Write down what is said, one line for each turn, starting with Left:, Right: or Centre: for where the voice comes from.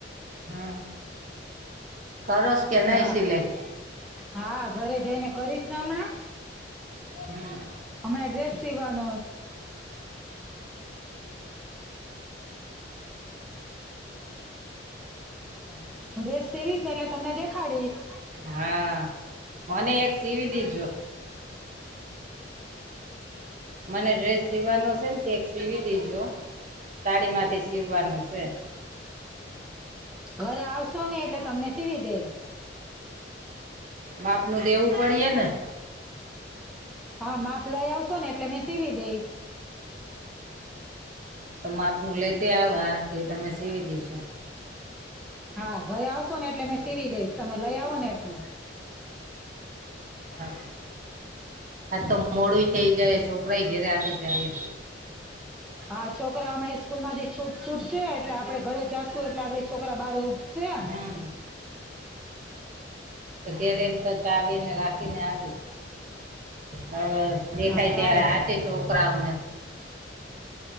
Right: હમ કરોશ કે નઈ
Centre: હા
Right: સિલાઈ
Centre: હા ઘરે જઈને કરીશ ને હમણાં
Right: હમ્મ.
Centre: હમણાં ડ્રેસ સી વાનો હ ડ્રેસ સેવીશ ને એટલે તમને દેખાડીશ
Right: હા મને એક સીવી દીજો મને ડ્રેસ સીવાનો છે ને તે સીવી દેજો સાડી માંથી સીવવાનું છે
Centre: ઘરે આવશો ને એટલે તમને સીવી દેઇસ
Right: માપનું દેવું પડી હે ને
Centre: હા માપ લઈ આવશો ને એટલે મે સીવી દઈશ
Right: તમા માપનું લેતી આવા તે તમે સીવી દેજો
Centre: હા ભાઈ આવશો ને એટલે મેં સીવી દઈશ તમે લઈ આવો ને એટલે
Right: હા આ તો મોડું થઇ જાય છોકરાય ઘેરે આવી જાય
Centre: હા છોકરા અ સ્કૂલ માંથી છૂટ છૂટ છે એટલે આપડે ઘરે જા છું એટલે આપડે છોકરા બાર ઊપસે
Right: હમ્મ. અત્યારે એમ તો ચાવી ને રાખીને આવીશ હવે
Centre: હા
Right: દેખાય
Centre: કાય
Right: ત્યારે હાથી છ છોકરાઓને